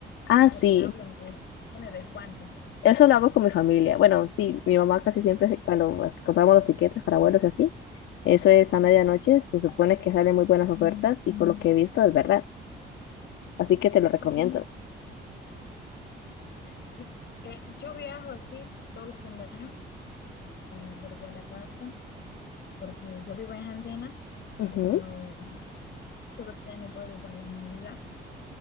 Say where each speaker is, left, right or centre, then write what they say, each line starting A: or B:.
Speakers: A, on the left (about 85°); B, on the left (about 60°).
A: Ah, sí.
B: porque hablan que tiene descuentos.
A: Eso lo hago con mi familia. Bueno, sí, mi mamá casi siempre, se- cuando as- compramos los tiquetes para vuelos y así, eso es a medianoche, se supone que salen muy buenas ofertas y por lo que he visto es verdad. Así que te lo recomiendo.
B: Sí, sí. Eh, yo viajo así todo fin de año para volver a la casa porque yo vivo en Argentina,
A: Ujú.
B: pero todo fin de año vuelvo para la Navidad